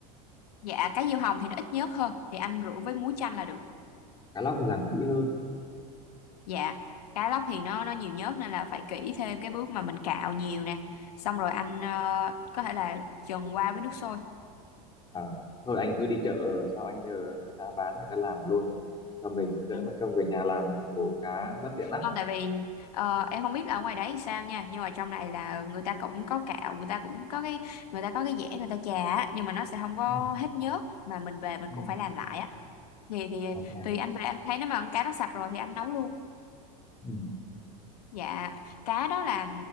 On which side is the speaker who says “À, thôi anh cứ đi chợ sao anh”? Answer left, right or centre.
Left